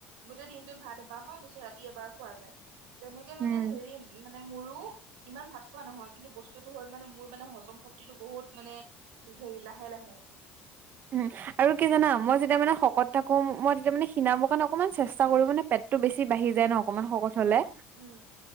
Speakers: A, on the right; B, on the right.
A: গোটেই দিনটোত ভাত এবাৰ খাওঁ, ৰাতি এবাৰ খোৱা যায় তেনেকে মানে
B: উম
A: হেৰি মানে মোৰো ইমান ভাত খোৱা নহয়, কিন্তু বস্তুতটো হ'ল মানে মোৰ মানে হজম শক্তিটো বহুত মানে লাহে, লাহে,
B: উম, আৰু কি জানা মই যেতিয়া মানে শকত থাকো মই তেতিয়া মানে খিনাবৰ কাৰণে অকণমান চেষ্টা কৰো মানে পেটতটো বেছি বাঢ়ি যায় ন অকণমান শকত হ'লে
A: উম,